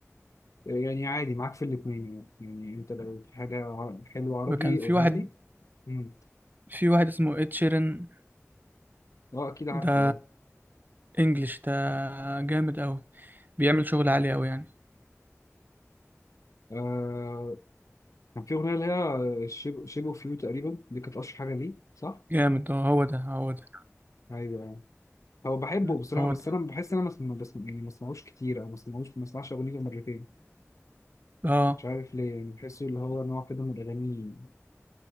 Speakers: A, on the left; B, on the right.
A: يعني عادي معاك في الاثنين يعني يعني انت لو في حاجه ع- حلوه عربي
B: وكان في
A: قولها
B: واحد
A: لي امم
B: في واحد اسمه اد شيرن
A: اه اكيد عارفه
B: ده
A: اه
B: انجليش ده جامد أوي بيعمل شغل عالي أوي يعني
A: آه، كان في اغنيه اللي هي شيب شيب اوف يو تقريبا دي كانت اشهر حاجه ليه صح؟
B: جامد اه هو ده هو ده
A: ايوه يعني هو بحبه
B: مم.
A: بصراحه
B: هو
A: بس
B: ده
A: انا بحس ان انا ما بسمع يعني ما بسمعوش كتير او ما بسمعوش ما بسمعش اغنيته مرتين
B: اه
A: مش عارف ليه يعني بحسه اللي هو نوع كده من الاغاني